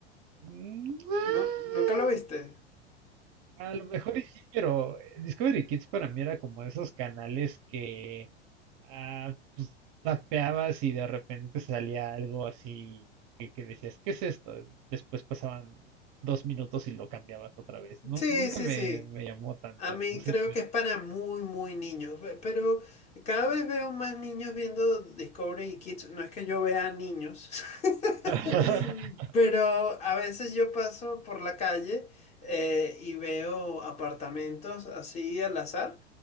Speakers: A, on the right (about 35°); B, on the left (about 20°).
A: <laughs>
B: ¿No? ¿Nunca lo viste?
A: A lo mejor y sí, pero eh, Discovery Kids para mí era como esos canales que ah, pues, tapeabas y de repente salía algo así que, que decías, ¿qué es esto? Después pasaban dos minutos y lo cambiabas otra vez. Nu-
B: Sí,
A: nunca
B: sí,
A: me,
B: sí.
A: me llamó tanto,
B: A mí
A: no sé.
B: creo
A: tú.
B: que es para muy, muy niños, pe- pero cada vez veo más niños viendo Discovery Kids. No es que yo vea niños, <laughs>
A: <laughs>
B: pero a veces yo paso por la calle eh, y veo apartamentos así al azar